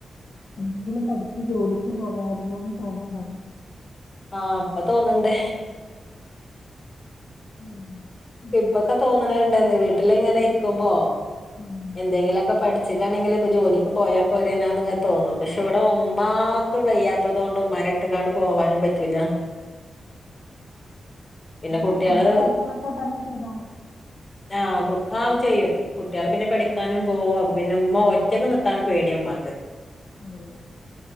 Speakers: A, on the left; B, on the left.
A: എന്തെങ്കിലും പഠിച്ച് ജോലിക്ക് പോകായിരുന്നു എന്ന് തോന്നുണ്ടോ?
B: ആഹ് ഇപ്പൊ തോന്നണ്ട്
A: ഉം. ഉം.
B: ഇപ്പൊ. ഇപ്പോ തോന്നുണുണ്ട് വീട്ടിൽ ഇങ്ങനെ ഇരിക്കുമ്പോ
A: ഉം.
B: എന്തെങ്കിലൊക്കെ പഠി ച്ച്ക്കാണെങ്കില് ഇപ്പോ ജോലിക്ക് പോയാപ്പോരേനാന്ന് ഇങ്ങ് തോന്നും പക്ഷെ ഇവിടെ ഉമ്മാക്ക് വയ്യാത്തതു കൊണ്ട് ഉമ്മാനെ ഇട്ട് ഇട്ടങ്ങാണ്ട് പോവാനും പറ്റൂല. പിന്നെ
A: ഉമ്മ
B: കുട്ട്യാള്
A: സ്വന്തം കാര്യങ്ങളൊക്കെ തന്നെ ചെയ്തോളൂവോ?
B: ആഹ് ആഹ് ചെയ്യും കുട്ടികള്
A: ഉം.
B: പിന്നെ പഠിക്കാനും പോവും അപ്പോ. പിന്നെ ഉമ്മ ഒറ്റക്ക് നിക്കാന് പേടിയ ഉമ്മാക്ക്.
A: ഓഹ്.